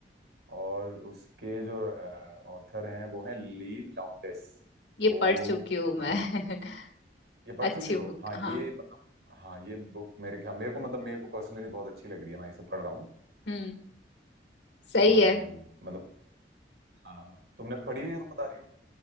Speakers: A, on the right; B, on the left.
A: और उसके जो ऑथर हैं वो हैं ली लाउंडेस
B: ये
A: तो
B: पढ़ चुकी हूँ
A: मतलब
B: मैं <laughs>
A: ये पढ़
B: अच्छी
A: चुकी हो
B: बुक
A: हाँ
B: हाँ
A: ये मतलब हाँ ये बुक मेरे ख्याल मेरे को मतलब मेरे को पर्सनली बहुत अच्छी लग रही है मैं इसे पढ़ रहा हूँ
B: हम्म सही
A: और
B: है
A: मतलब हाँ तुमने पढ़ी हुई है तुम बता रही हो